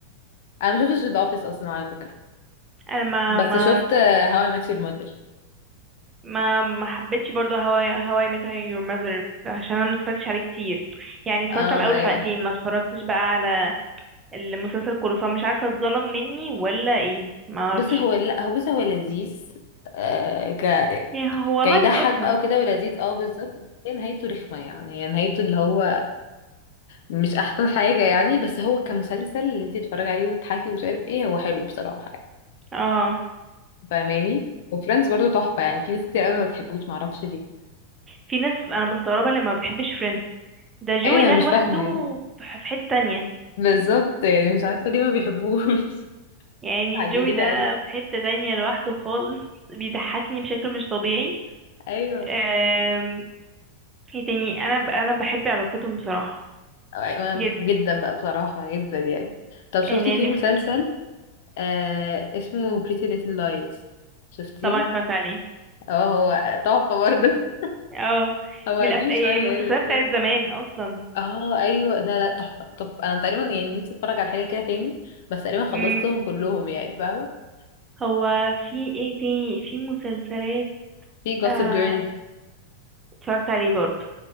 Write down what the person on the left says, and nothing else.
انا ما شفتش ذا اوفيس اصلا على فكره
بس
شفت هاو اي ميت يور ماذر
اه
ايوه
بصي هو لا هو بصي هو لذيذ آه ك
كيضحك
بقى وكده ولذيذ اه بالظبط بس هي نهايته رخمه يعني هي نهايته اللي هو مش احسن حاجة يعني بس هو كمسلسل اللي انت تتفرجي عليه وتضحكي ومش عارف ايه هو حلو بصراحة يعني
فاهماني وفريندز برضو تحفة يعني في ناس كتير قوي ما بتحبوش معرفش ليه
ايوه
انا
مش فاهمة يعني
بالظبط يعني مش عارفة ليه ما بيحبوش <laughs>
عجيبة
قوي
ايوه
انا
جدا بقى بصراحة جدا يعني طب شفتي
في
مسلسل آه اسمه Pretty Little Lies شفتيه
اه هو تحفة برضه
<laughs> هو
قديم
شوية
يعني
اه ايوه لا لا تحفه طب انا تقريبا يعني نفسي اتفرج على حاجه كده تاني بس تقريبا خلصتهم
كلهم يعني فاهمه
في جوسب
جيرل